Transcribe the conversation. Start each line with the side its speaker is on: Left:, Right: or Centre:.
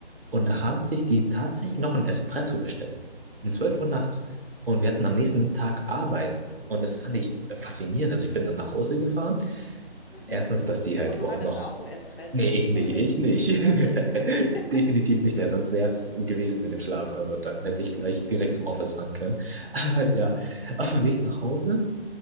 Right: Und
Left: Mhm.
Right: da haben sich die tatsächlich noch einen Espresso bestellt. Um 12 Uhr nachts. Und wir hatten am nächsten Tag Arbeit. Und das fand ich faszinierend. Also ich bin dann nach Hause gefahren.
Left: Mhm.
Right: Erstens, dass sie halt
Left: Und
Right: überhaupt
Left: du hattest
Right: noch
Left: auch einen Espresso.
Right: Nee, ich
Left: Sorry,
Right: nicht,
Left: wenn
Right: ich
Left: ich dich
Right: nicht.
Left: ja,
Right: <laughs>
Left: okay, okay. <laughs>
Right: Definitiv nicht mehr, sonst wäre es gewesen mit dem Schlaf. Also dann hätte ich gleich direkt zum Office fahren können. <laughs> Aber ja, auf dem Weg nach Hause,